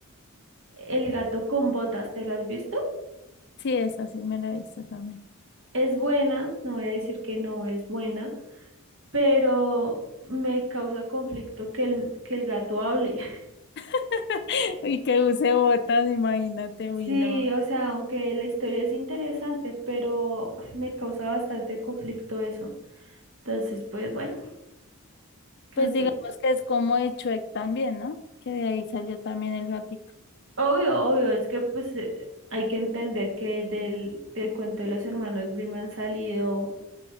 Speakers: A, on the right; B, on the left.
A: el gato con botas, ¿te lo has visto?
B: Sí, esa sí me la he visto también.
A: Es buena, no voy a decir que no es buena, pero me causa conflicto que el, que el gato hable. <laughs>
B: <laughs> Y que use botas, imagínate,
A: Sí,
B: uy, no.
A: o sea, aunque la historia es interesante, pero me causa bastante conflicto eso. Entonces, pues bueno, ¿qué
B: Pues
A: otro?
B: digamos que es como de Shrek también, ¿no? Que de ahí salió también el gatico,
A: Obvio, obvio, es que pues eh, hay que entender que del, del cuento de los hermanos Grimm han salido